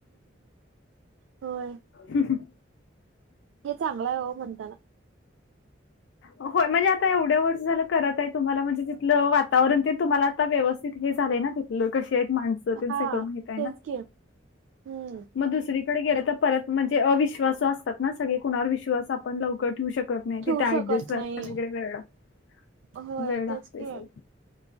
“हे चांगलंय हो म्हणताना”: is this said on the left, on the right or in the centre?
Right